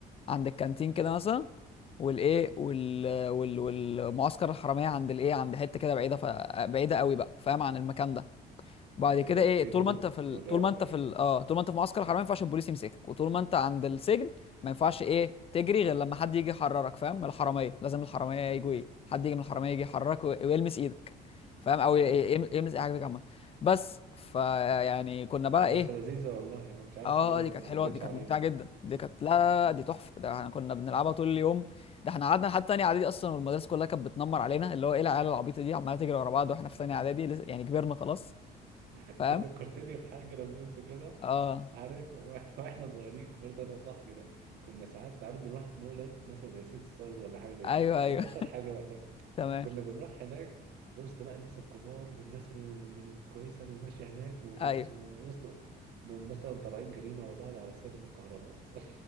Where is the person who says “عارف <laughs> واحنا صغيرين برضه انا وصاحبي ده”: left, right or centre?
Right